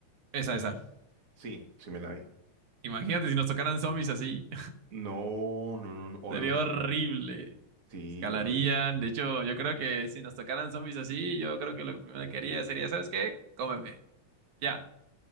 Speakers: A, on the right; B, on the right.
A: Esa, esa.
B: Sí, sí me la vi.
A: Imagínate si nos tocaran zombies así,
B: No, no, no, no,
A: <laughs>
B: o
A: sería
B: los
A: horrible.
B: de... Sí,
A: Escalarían,
B: o los...
A: de hecho, yo creo que si nos tocaran zombies así, yo creo que lo primero que haría sería, ¿sabes qué? Cómeme, ya.